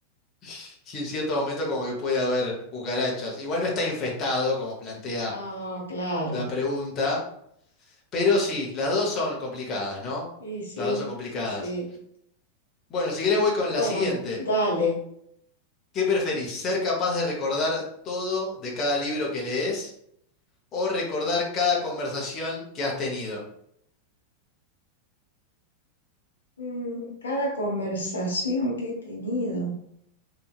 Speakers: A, on the left; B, on the left.
A: <laughs> y en cierto momento como que puede haber cucarachas. Igual no está infestado, como plantea
B: no, claro.
A: la pregunta, pero sí, las dos son complicadas, ¿no?
B: Sí, sí,
A: Las dos son complicadas.
B: sí, sí.
A: Bueno, si querés voy con
B: Bueno,
A: la siguiente.
B: dale.
A: ¿Qué preferís? ¿Ser capaz de recordar todo de cada libro que lees o recordar cada conversación que has tenido?
B: Mm, cada conversación que he tenido.